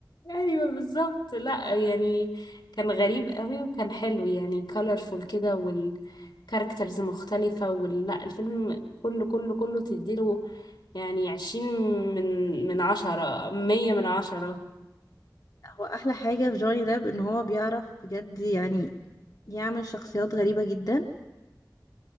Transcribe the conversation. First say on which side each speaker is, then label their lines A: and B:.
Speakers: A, on the left; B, on the left.
A: ايوه بالظبط لا يعني كان غريب قوي وكان حلو يعني colorful كده والكاركترز مختلفة ولا الفيلم كله كله كله تديله يعني عشرين من من عشرة مية من عشرة
B: هو احلى حاجه في جوني ديب ان هو بيعرف بجد يعني يعمل شخصيات غريبه جدا